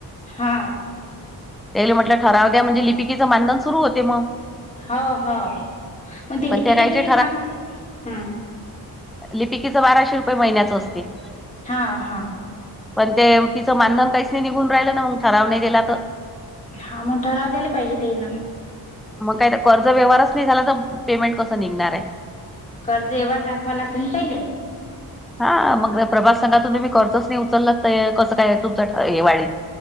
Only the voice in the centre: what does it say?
त्याले म्हटलं ठराव द्या म्हणजे लिपिकेचं मानधन सुरु होते मग.
पण
त्या कायचे
लिपिकेचं बाराशे रुपये महिन्याचं असते.
पण ते तिचं मानधन काहीच नाही निघून राहिलं ना, मग ठराव नाही दिला तर.
मग काय तर कर्ज व्यवहारच नाही झाला, तर पेमेंट कसं निघणार आहे.
हा मग प्रभास संघातून तुम्ही कर्जच नाही उचललं, तर कसं काय आहे तुमचं हे वाढील?